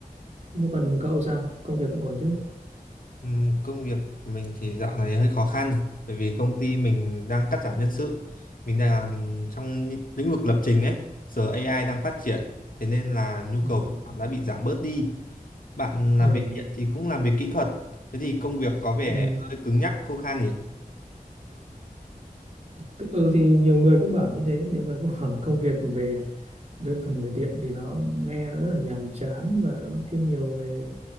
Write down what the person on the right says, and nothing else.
Nếu còn cậu sao? Công việc vẫn ổn chứ?
Ừ.
Ừ.
Ừ.
Thế- Ừ, thì nhiều người cũng bảo như thế, nhiều người cũng <laughs> bảo là công việc về đơn thuần về điện thì nó nghe rất là nhàm chán và nó thiên nhiều về